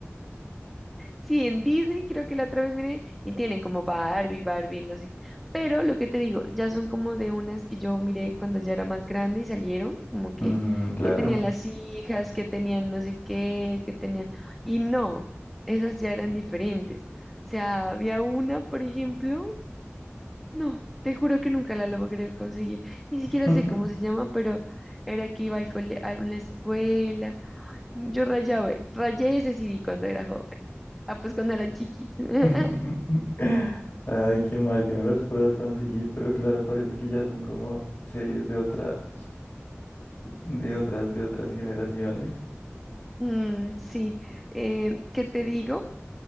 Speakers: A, in the centre; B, on the left.
A: Sí, en Disney creo que la otra vez miré y tienen como Barbie, Barbie, no sé qué. Pero lo que te digo, ya son como de unas que yo miré cuando ya era más grande y salieron, como que,
B: Mm, claro.
A: que tenían las hijas, que tenían no sé qué, que tenían... Y no, esas ya eran diferentes. O sea, había una, por ejemplo, no, te juro que nunca la logré conseguir. Ni siquiera
B: <laughs>
A: sé cómo se llama, pero era que iba al cole- a una escuela yo rayaba, rayé ese CD cuando era joven. Ah, pues cuando era chiquis. <laughs>
B: <laughs> Ay, qué mal que no las puedas conseguir, pero claro, parece que ya son como series de otra, de otras, de otras generaciones.
A: Mm, sí, Eh, ¿qué te digo?